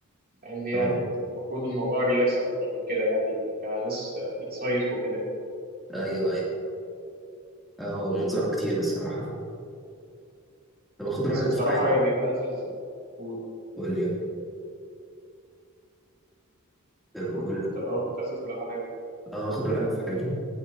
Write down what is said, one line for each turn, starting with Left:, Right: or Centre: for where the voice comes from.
Right: مع ان يعني
Centre: اه
Right: انت المفروض الموضوع ريلاكس اكتر من كده يعني كناس بتصيف وكده
Centre: ايوه ايوه آه، هو منظره كتير الصراحه طب اخد
Right: بس
Centre: رايك
Right: بصراحه
Centre: في حاجه
Right: يعني ألزز قول
Centre: قول لي يلا. يلا،
Right: قول
Centre: قول
Right: كنت
Centre: لي
Right: اه كنت عايز اسال على حاجه
Centre: آه، اخد رايك في حاجه